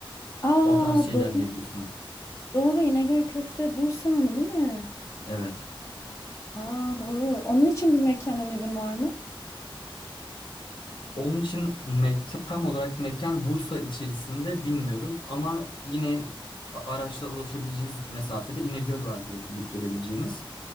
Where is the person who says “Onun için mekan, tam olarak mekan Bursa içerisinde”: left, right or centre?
Left